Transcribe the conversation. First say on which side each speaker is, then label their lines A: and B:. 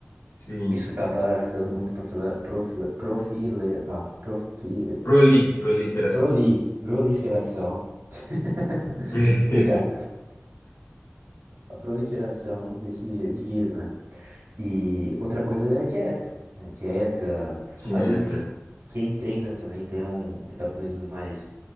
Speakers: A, on the left; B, on the right.
A: Sim.
B: Isso acaba ajudando muito profila, profila, profile, não, profi,
A: Proli, proliferação.
B: proli, proliferação. <laughs>
A: <laughs>
B: Obrigado. A proliferação desse de vírus, né? E outra coisa é a dieta, né? Dieta.
A: Dieta.
B: Às vezes quem, quem treina também tem um metabolismo mais